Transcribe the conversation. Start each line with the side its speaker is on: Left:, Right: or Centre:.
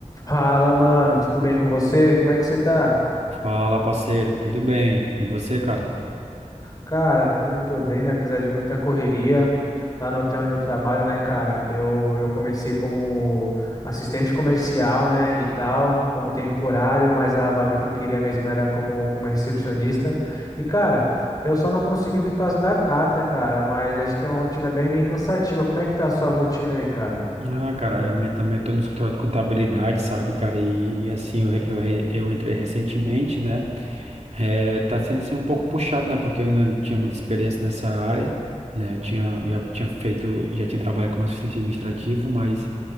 Left: Fala, mano, tudo bem com você? Como é que você tá?
Right: Fala, parceiro, tudo bem? E você, cara?
Left: Cara, também tô bem, né? Apesar de muita correria lá no hotel onde eu trabalho, né, cara? Eu, eu comecei como assistente comercial, né, e tal, como temporário, mas a vaga que eu queria mesmo era como, como recepcionista. E, cara. Eu só não consegui por causa da carta, cara, mas acho que é uma rotina bem, bem cansativa. Como é que tá a sua rotina aí, cara?
Right: Ah, cara, a minha também, eu tô no escritório de contabilidade, sabe, cara, e, e assim, eu, re- eu, re- eu entrei recentemente, né, é, tá sendo assim um pouco puxado, né, porque eu não tinha muita experiência nessa área, né, eu tinha, já tinha feito, já tinha trabalhado como assistente administrativo, mas